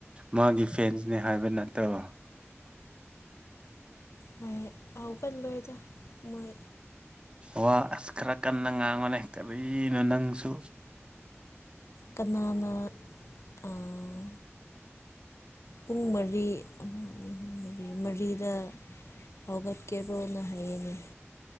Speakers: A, on the right (about 20°); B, on the left (about 70°).
A: ꯃꯥꯒꯤ ꯐꯦꯟꯁꯅꯦ ꯍꯥꯏꯕ ꯅꯠꯇ꯭ꯔꯣ
B: ꯃꯥꯏ ꯍꯧꯒꯠꯂꯣꯢꯗ ꯃꯣꯏ
A: ꯋꯥ ꯑꯁ ꯈꯔ ꯀꯟꯅ ꯉꯥꯡꯉꯣꯅꯦ ꯀꯔꯤꯅꯣ ꯅꯪꯁꯨ
B: ꯀꯅꯥꯅ ꯑꯥ ꯄꯨꯡ ꯃꯔꯤ ꯑꯃ ꯑꯅꯤꯍꯨꯝ ꯃꯔꯤ ꯃꯔꯤꯗ ꯍꯧꯒꯠꯀꯦꯔꯣꯅ ꯍꯥꯏꯌꯦꯅꯦ